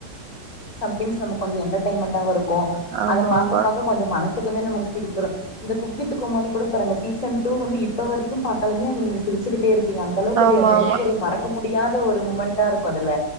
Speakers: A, on the left; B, on the right.
A: அட்லிஸ்ட் நமக்கு என்டர்டெயின்மென்ட இருக்கும் ப்போ
B: ஆமா
A: அதை பார்க்க
B: ஆமா
A: பாக்க கொஞ்சம் மனசக்குமே நம இருக்கும் இப்ப இந்த குக்வித் கோமாலி கூட பாருங்க சீசன் டூ வந்து இப்ப வரைக்கும் பார்த்தாலுமே நீங்க சிரிச்சுட்டே இரு அந்த அளவுக்கு
B: ஆமா
A: ஒரு எந்த
B: ஆமா
A: அளவுக்கு ஒரு மறக்க முடியும் முடியாத ஒரு மூமெண்டா இருக்கும் அதுல